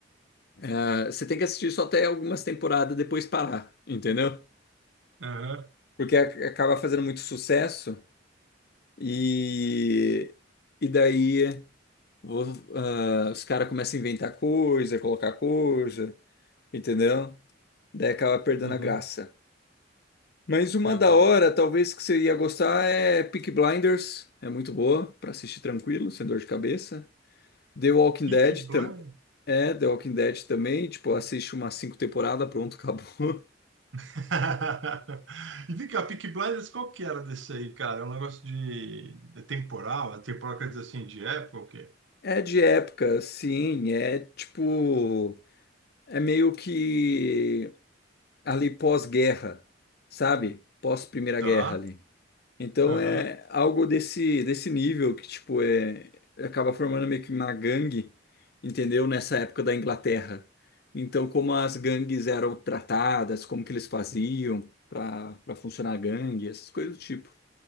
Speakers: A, on the left; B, on the right.
A: Ah, você tem que assistir só até algumas temporadas depois parar, entendeu?
B: Aham,
A: Porque a- acaba fazendo muito sucesso e, e daí vo- ah, os caras começam a inventar coisa, colocar coisa, entendeu? Daí acaba perdendo
B: uhum,
A: a graça. Mas uma
B: entendi.
A: da hora, talvez que você ia gostar é Peaky Blinders, é muito boa pra assistir tranquilo, sem dor de cabeça. The Walking
B: Peaky
A: Dead
B: Blinders.
A: também, é The Walking Dead também, tipo, assiste umas cinco temporadas, pronto, <laughs> acabou.
B: <laughs> E vem cá, Peaky Blinders, qual que era desse aí, cara? É um negócio de, de temporal? É temporal quer dizer assim, de época ou quê?
A: É de época, sim, é tipo, é meio que ali pós-guerra, sabe? Pós-Primeira
B: Tá.
A: Guerra ali. Então
B: Aham.
A: é algo desse desse nível que tipo é acaba formando meio que uma gangue, entendeu? Nessa época da Inglaterra. Então como as gangues eram tratadas, como que eles faziam para para funcionar a gangue, essas coisas do tipo.